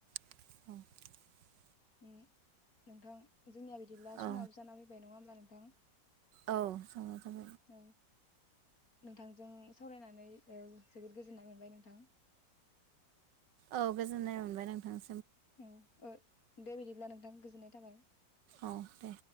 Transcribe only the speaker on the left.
ओम नोंथां जोंनिया बिदिब्ला
समाबो जा फैबाय नङा हो नबा नोंथां
औ नोंथांजों सावरायनानै ओ जोबोद गोजोननाय मोनबाय नोंथां।
औ ओ दे बिदिब्ला नोंथां गोजोननाय थाबाय।